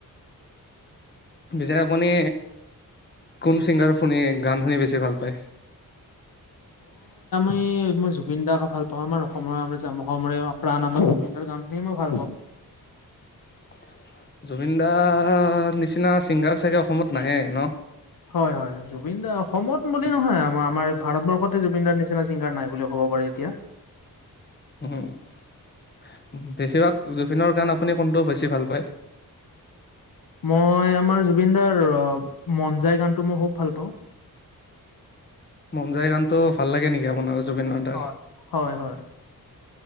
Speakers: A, on the left; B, on the left.
A: পিছে আপুনি কোন চিংগাৰ শুনি গান শুনি বেছি ভাল পায়
B: ম মই জুবিন দাৰ ভাল পাওঁ আমাৰ অসমৰ অসমৰে প্ৰাণ আমাৰ জুবিন দাৰ গান শুন মই ভাল পাওঁ
A: ঘঘ জুবিন দা নিচিনা চিংগাৰ চাগে অসমত নাইে ন
B: হয় হয় জুবিন দাৰ অসমত বুলি নহয় আমাৰ আমাৰ ভাৰতবৰ্ষতে জুবিন দাৰ নিচিনা ছিংগাৰ নাই বুলি ক'ব পাৰি এতিয়া
A: উম বেছিভাগ জুবিনৰ গান আপুনি কোনটো বেছি ভাল পায়
B: মই আমাৰ জুবিন দাৰ মন যায় গানটো মই খুব ভাল পাওঁ
A: মন যায় গানটো ভাল লাগে নেকি আপোনাৰ জুবিনৰ দাৰ?
B: হয় হয় হয়